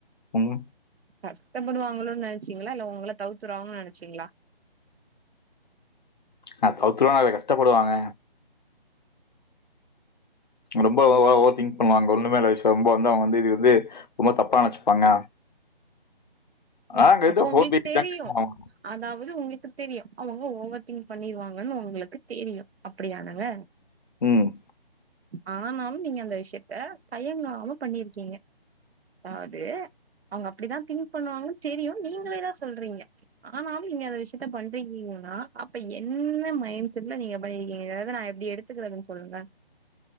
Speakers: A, on the left (about 50°); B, on the right (about 85°).
A: உம்
B: கஷ்டப்படுவாங்களோன்னு நினைச்சீங்களா இல்ல உங்கள தவித்துருவாங்கன்னு நினச்சீங்களா
A: நா அவத்து நிறைய கஷ்டப்படுவாங்க ரொம்ப ஓவ ஓவர் திங் வாங்க ஒண்ணுமேல்ல விஷ்யோ ரொம்ப வந்து அவுங்க வந்து இது வந்து ரொம்ப தப்பா நெனச்சுப்பாங்க ஆனா
B: ம்
A: என்கிட்ட
B: அப்போ
A: ஃபோன்
B: உங்களுக்கு
A: பேசி
B: தெரியு
A: தான்
B: அதாவ்து உங்ளுக்கு தெரியு அவுங்க ஓவர் திங்க் பண்ணிருவாங்கன் உங்ளுக்கு தெரியு அப்டிதானங்க
A: ம்
B: ஆனாலு நீங்க அந்த விஷ்யத்த தயங்காம பண்ணிருக்கீங்க அதாவ்து அவுங்க அப்டிதா திங்க் பண்ணுவாங்கன் தெரியு நீங்ளே தா சொல்றீங்க ஆனாலு நீங்க அந்த விஷ்யத்த பண்றீகீங்கன்னா அப்ப என்ன மைண் செட்ல நீங்க பண்ணிருக்கீங்கங்கறத நா எப்டி எடு த்துக்கறதுன் சொல்லுங்ளே